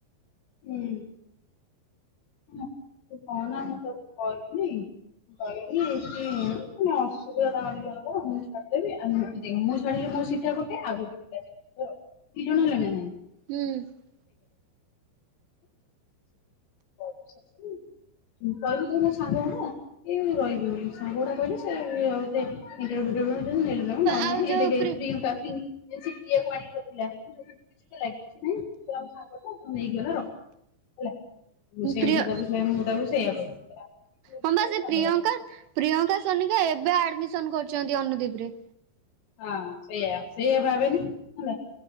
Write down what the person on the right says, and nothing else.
ହୁଁ
ଆଉ
ଯୋଉ
ପ୍ରି
ପ୍ରିୟ
ହଁ ବା ସେ
ପ୍ରିୟଙ୍କା
ପ୍ରିୟଙ୍କା ସୋନିକା ଏବେ ଆଡମିସନ କରୁଛନ୍ତି ଅନୁଦୀପ ରେ।